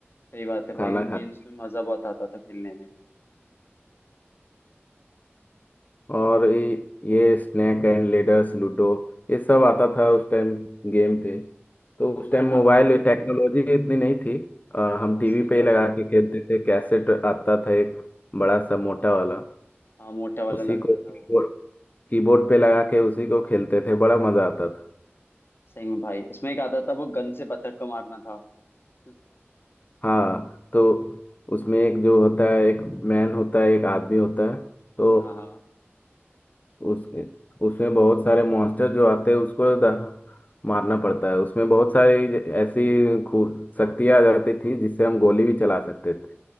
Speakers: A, on the left; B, on the left.
A: सही बात है भाई
B: खाना
A: उन गेम्स
B: खाते
A: में मजा बहुत आता था खेलने में
B: और ये ये स्नैक एंड लेडर्स लूडो ये सब आता था उस टाइम गेम पे तो उस
A: हाँ
B: टाइम
A: ना
B: मोबाइल टेक्नोलॉजी इतनी नहीं थी अ, हम
A: हाँ
B: टीवी
A: सही
B: पे
A: बात
B: ही लगा
A: है
B: के खेलते थे कैसेट आता था एक बड़ा सा
A: हाँ
B: मोटा
A: हाँ
B: वाला
A: हाँ मोटा वाला
B: उसी
A: लगता
B: को कीबोर्ड
A: था वो
B: कीबोर्ड पे लगा के उसी को खेलते थे बड़ा मजा आता था
A: सही में भाई उसमें एक आता था वो गन से बतख को मारना था <laughs>
B: हाँ तो उसमें एक जो होता है एक मैन होता है एक आदमी होता है तो
A: हाँ हाँ
B: उसके उसमें बहुत सारे मॉन्स्टर जो आते हैं उसको द- मारना पड़ता है उसमें बहुत सारी ज- ऐसी खूब शक्तियाँ आ जाती थी जिससे हम गोली भी चला सकते थे